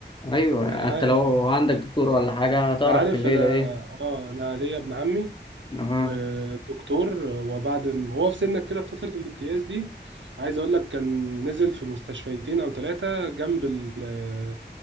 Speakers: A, on the left (about 25°); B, on the right (about 85°).
A: ايوه
B: انا
A: انت
B: عارف
A: لو عندك دكتور ولا حاجه هتعرف
B: ده عارف
A: في الليله
B: انا
A: ايه
B: اه انا ليا ابن عمي
A: اه
B: آه، دكتور آه، وبعد م- هو في سنك كده في فتره الامتياز دي عايز اقول لك كان نزل في مستشفيتين او ثلاثه جنب ال- آه،